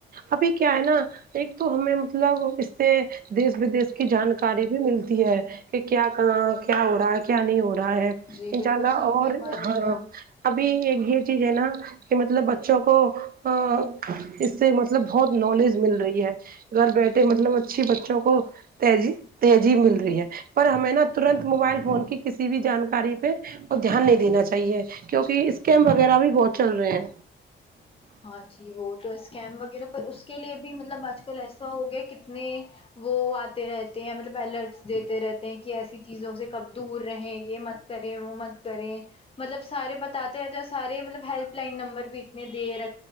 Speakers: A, on the right; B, on the left.
A: ابھی کیا ہے نا ایک تو ہمیں مطلب سے دیس ودیش کی جانکاری بھی ملتی ہے کہ کیا کہاں کیا ہو رہا ہے کیا نہیں ہو رہا ہے انشاء
B: جی بالکل
A: اللہ
B: صحیح
A: اور
B: فرما رہی
A: ہاں
B: ہیں آپ
A: ابھی ایک یہ چیز ہے نا کہ مطلب بچوں کو اس سے مطلب بہت نالج مل رہی ہے گھر بیٹھے مطلب اچھیھی بچوں کو تی جی تیذیب مل رہی ہے پر ہمیں نہ ترنت موبائل فون کی کسی ک بھی جانکاری پہ اور دھیان نہیں دینا چاہیے کیونکہ اسکیم وغیرہ بھی بہت چل رہے ہیں
B: ہاں جی وہ تو اسکیم وغیرہ پر اس کے لیے بھی مطلب آج کل ایسا ہو گیا کتنے وہ آتے رہتے ہیں مطلب الرٹس دیتے رہتے ہیں کہ ایسی چیزوں سے کب دور رہے یہ مت کریں وہ مت کریں مطلب سارے بتاتے رہتے اور سارے مطلب ہیلپ لائن نمبر بھی اتنے دیر